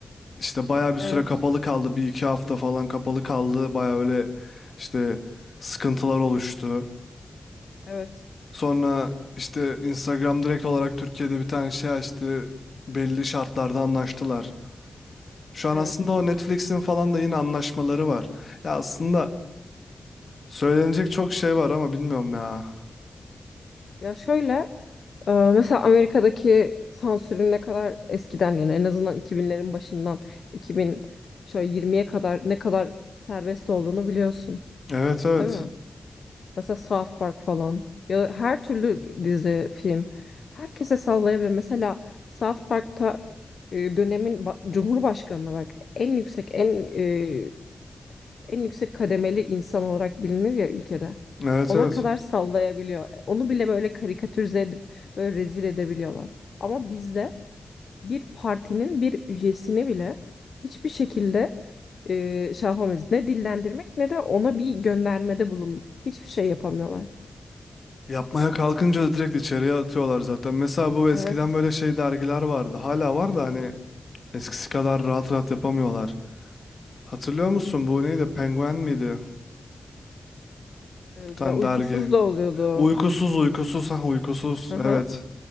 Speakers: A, on the left; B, on the left.
A: İşte bayağı bir
B: Evet,
A: süre kapalı kaldı. Bir iki hafta falan kapalı kaldı. Bayağı öyle işte sıkıntılar oluştu.
B: evet,
A: Sonra işte Instagram direkt olarak Türkiye'de bir tane şey açtı. Belli şartlarda anlaştılar. Şu an
B: evet.
A: aslında o Netflix'in falan da yine anlaşmaları var. Ya aslında söylenecek çok şey var ama bilmiyorum ya.
B: Ya şöyle e, mesela Amerika'daki sansürün ne kadar eskiden yani en azından 2000'lerin başından 2000 şöyle 20'ye kadar ne kadar serbest olduğunu biliyorsun,
A: Evet evet.
B: değil mi? Mesela South Park falan ya da her türlü dizi, film herkese sallayabilir. Mesela South Park'ta e, dönemin ba- Cumhurbaşkanına bak en yüksek en e, en yüksek kademeli insan olarak bilinir ya ülkede.
A: Evet
B: Ona
A: evet.
B: kadar sallayabiliyor. Onu bile böyle karikatürize edip böyle rezil edebiliyorlar. Ama bizde bir partinin bir üyesini bile hiçbir şekilde e, şey yapamayız. Ne dillendirmek ne de ona bir göndermede bulunmak. Hiçbir şey yapamıyorlar.
A: Yapmaya kalkınca da direkt içeriye atıyorlar zaten. Mesela bu eskiden
B: Evet.
A: böyle şey dergiler vardı. Hala var da hani eskisi kadar rahat rahat yapamıyorlar. Hatırlıyor musun bu neydi? Penguen miydi?
B: Ee,
A: Bir tane
B: Ya uykusuz
A: dergi.
B: da oluyordu.
A: Uykusuz uykusuz ha uykusuz
B: Hı hı.
A: evet.